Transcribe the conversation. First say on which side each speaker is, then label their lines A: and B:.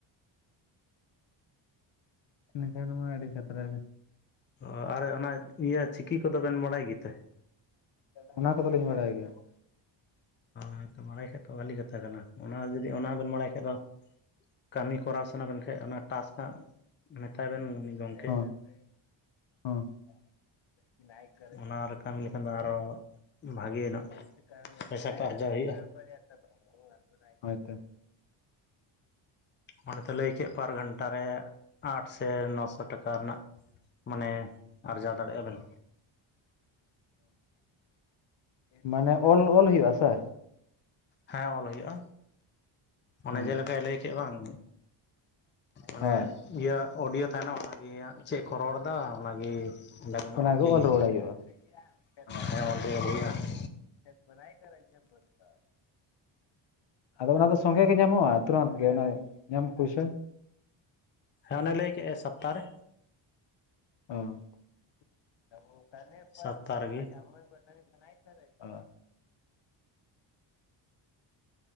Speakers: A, on the left; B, on the left.
A: ᱮᱱᱟ ᱠᱷᱟᱱ ᱢᱟ ᱟᱹᱰᱤ ᱠᱷᱟᱛᱨᱟ ᱜᱮ᱾
B: ᱚ ᱟᱨ ᱚᱱᱟ ᱤᱭᱟᱹ ᱪᱤᱠᱤ ᱠᱚᱫᱚ ᱵᱮᱱ ᱵᱟᱲᱟᱭ ᱜᱮ ᱛᱮ?
A: ᱚᱱᱟ ᱠᱚᱫᱚ ᱞᱤᱧ ᱵᱟᱲᱟᱭ ᱜᱮᱭᱟ ᱾
B: ᱦᱳᱭᱛᱚ <unintelligible> ᱵᱟᱲᱟᱭ ᱠᱷᱟᱡ ᱫᱚ ᱵᱷᱟᱹᱞᱤ ᱠᱟᱛᱷᱟ ᱠᱟᱱᱟ ᱚᱱᱟ ᱡᱩᱫᱤ ᱚᱱᱟ ᱵᱮᱱ ᱵᱟᱲᱟᱭ ᱠᱷᱟᱡ ᱫᱚ, ᱠᱟᱹᱢᱤ ᱠᱚᱨᱟᱣ ᱥᱟᱱᱟ ᱵᱮᱱ ᱠᱷᱟᱡ ᱚᱱᱟ ᱴᱟᱥ ᱦᱟᱸᱜ ᱢᱮᱛᱟᱭ ᱵᱮᱱ ᱩᱱᱤ ᱜᱚᱢᱠᱮ᱾
A: ᱦᱚᱸ <unintelligible> <unintelligible>
B: ᱚᱱᱟ ᱨᱮ ᱠᱟᱹᱢᱤ ᱞᱮᱠᱷᱟᱱ ᱫᱚ ᱟᱨᱚ
A: <unintelligible>
B: ᱵᱷᱟᱜᱮ ᱧᱚᱜ ᱯᱚᱭᱥᱟ ᱠᱚ ᱟᱨᱡᱟᱣ ᱦᱩᱭᱩᱜᱼᱟ ᱚᱱᱮ ᱛᱚ ᱞᱟᱹᱭ ᱠᱮᱫ ᱯᱟᱨ ᱜᱷᱚᱱᱴᱟ ᱨᱮ ᱟᱴ ᱥᱮ ᱱᱚᱥᱚ ᱴᱟᱠᱟ ᱨᱮᱱᱟᱜ, ᱢᱟᱱᱮ ᱟᱨᱡᱟᱣ ᱫᱟᱲᱮᱭᱟᱜ-ᱟ ᱵᱮᱱ᱾
A: ᱢᱟᱱᱮ ᱚᱞ ᱚᱞ ᱦᱩᱭᱩᱜ-ᱟ ᱥᱮ?
B: ᱦᱮᱸ ᱚᱞ ᱦᱩᱭᱩᱜ-ᱟ᱾ ᱚᱱᱮ
A: ᱦᱳᱭ
B: ᱡᱮᱞᱮᱠᱟᱭ ᱞᱟᱹᱭ ᱠᱮᱫ ᱵᱟᱝ ᱚᱱᱮ
A: ᱦᱳᱭ
B: ᱤᱭᱟᱹ ᱚᱰᱤᱭᱳ ᱛᱟᱦᱮᱸᱱᱟ ᱚᱱᱟ ᱜᱮᱜ ᱪᱮᱫ ᱠᱚ ᱨᱚᱲ ᱮᱫᱟ ᱚᱱᱟᱜᱮ ᱚᱸᱰᱮ ᱵᱮᱱ
A: ᱚᱱᱟᱜᱮ
B: <unintelligible> ᱚᱞ ᱠᱮᱫ ᱜᱮ
A: ᱨᱩᱣᱟᱹᱲ ᱦᱩᱭᱩᱜᱼᱟ ᱦᱳᱭ᱾
B: ᱦᱮᱸ <inaudible> ᱚᱞᱪᱮ <inaudible> ᱦᱩᱭᱩᱜᱼᱟ <unintelligible>
A: <inaudible> ᱟᱫᱚ ᱚᱱᱟ ᱫᱚ ᱥᱚᱸᱜᱮ ᱜᱮ ᱧᱟᱢᱚᱜᱼᱟ ᱛᱩᱨᱟᱹᱫ ᱜᱮ ᱧᱟᱢ ᱯᱩᱭᱥᱟᱹ?
B: ᱦᱮᱸ ᱚᱱᱮ ᱞᱟᱹᱭ ᱠᱮᱫ ᱮ ᱥᱚᱯᱛᱟᱨᱮ᱾
A: ᱚ <unintelligible>
B: ᱥᱚᱯᱛᱟ ᱨᱮᱜᱮ